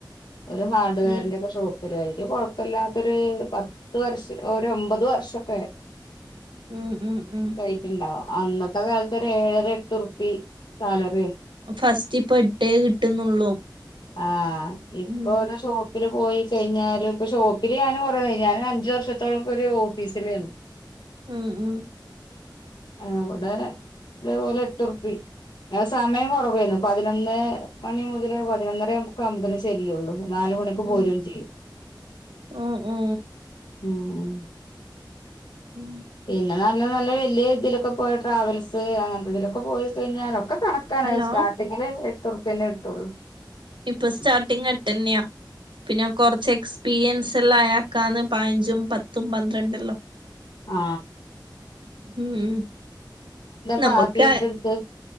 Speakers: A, on the left; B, on the right.
A: ഒരു ഹാർഡ് വെയറിന്റെ
B: ഉം
A: ഒക്കെ ഷോപ്പിലായിരിക്കും. കൊഴ പ്പല്ലാത്തൊരു പത്ത് വർഷംഒര് ഒമ്പത് വർഷൊക്കെ
B: ഉം ഉം ഉം
A: ആയിട്ടുണ്ടാവും അന്നത്തെ കാലത്തൊക്കെ ഒരു ഏഴര എട്ട് റുപ്പി സാലറി
B: ഫസ്റ്റ് ഇപ്പൊ എട്ടേ കിട്ടുന്നുള്ളൂ.
A: ആ ഇപ്പൊ
B: ഉം
A: ഒരു ഷോപ്പില് പോയി കഴിഞ്ഞാല് ഇപ്പൊ ഷോപ്പില് ഞാന് കുറെയായി. ഞാന് അഞ്ചു വർഷത്തോളം ഒക്കെ ഒരു ഓഫീസിൽ ഇരുന്നു.
B: ഉം ഉം
A: അവിടെ ഇതേപോലെ എട്ടുറുപ്പി സമയം കൊറവായിരുന്നു. പതിനൊന്ന് മണി മുതല് പതിനൊന്ന ര ക്കെയാവുമ്പഴത്തേന് ചെല്ലൊള്ളൂ. നാലു മണിക്ക്
B: ഉം
A: പോരും ചെയ്യും.
B: ഓ ഓ
A: ഉം
B: ഉം
A: പിന്നെ നല്ല നല്ല വലിയ ഇതിലൊക്കെ പോയ ട്രാവൽസ് അങ്ങനത്തെതിലൊക്കെ പോയി കഴിഞ്ഞാ റ ഒക്കെ കണക്കാണ്
B: ഹലോ
A: സ്റ്റാർട്ടിങ്ങില് എട്ടുറുപ്പ്യന്നെ കിട്ടുള്ളൂ
B: ഇപ്പൊ സ്റ്റാർട്ടിങ്ങ് എട്ടന്നയാ. പിന്നെ കൊറച്ച് എക്സ്പീരിയൻസ് ള്ള അയക്കാന്ന് പതിനഞ്ചും പത്തും പന്ത്രണ്ടല്ലോ.
A: ആ
B: ഉം നമുക്ക്
A: പാഫിയൊക്കെ എടുത്ത്